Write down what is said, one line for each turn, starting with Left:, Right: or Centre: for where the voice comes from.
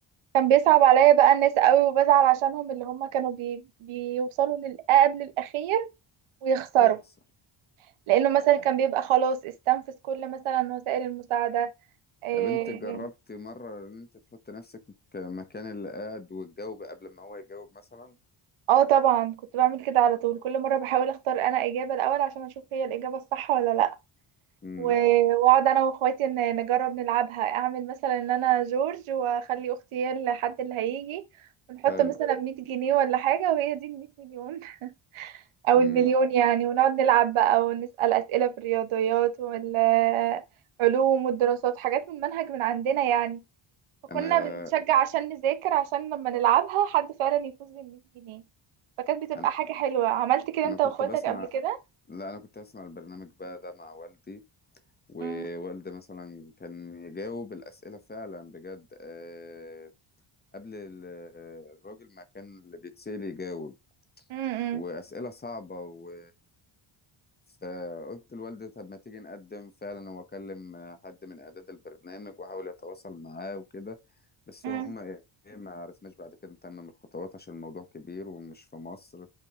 Right: كان بيصعب عليا بقى الناس قوي وبزعل عشانهم اللي هم كانوا بي... بيوصلوا للقاب الأخير ويخسروا
Left: ويخسر
Right: لانه مثلا كان بيبقى خلاص استنفذ كل مثلا وسائل المساعده إيه،
Left: طب انت جربت مرة ان انت تحط نفسك ك- مكان اللي قاعد وتجاوب قبل ما هو يجاوب مثلا
Right: اه طبعا كنت بعمل كده على طول كل مره بحاول اختار انا اجابه الاول عشان اشوف هي الاجابه الصح ولا لا
Left: امم
Right: و- واقعد انا واخواتي ن- نجرب نلعبها اعمل مثلا ان انا جورج واخلي اختي هي الحد اللي هيجي ونحط
Left: حلو
Right: مثلا 100 جنيه ولا حاجة وهي دي ال 100 مليون <laughs> أو
Left: امم
Right: المليون يعني ونقعد نلعب بقى ونسأل أسئلة في الرياضيات وال علوم والدراسات حاجات من منهج من عندنا يعني فكنا
Left: انا
Right: بنتشجع عشان نذاكر عشان لما نلعبها حد فعلا يفوز بال 100 جنيه فكانت بتبقى
Left: انا
Right: حاجة حلوة عملت كده
Left: انا
Right: انت
Left: كنت
Right: واخواتك
Left: بسمع
Right: قبل كده
Left: لا انا كنت بسمع البرنامج بقى ده مع والدي ووالدي
Right: امم
Left: مثلا كان يجاوب الأسئلة فعلا بجد آه، قبل ال- آه، الراجل ما كان اللي بيتسأل يجاوب
Right: امم
Left: وأسئلة صعبة و فقلت لوالدي طب ما تيجي نقدم فعلا هو كلم حد من إعداد البرنامج وحاول يتواصل معاه وكده بس
Right: امم
Left: هم إيه ما عرفناش بعد كده نتمم الخطوات عشان الموضوع كبير ومش في مصر